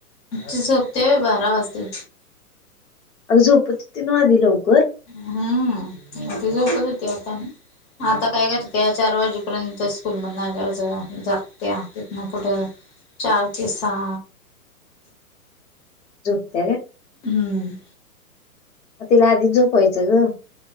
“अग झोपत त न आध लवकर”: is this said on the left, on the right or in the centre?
Left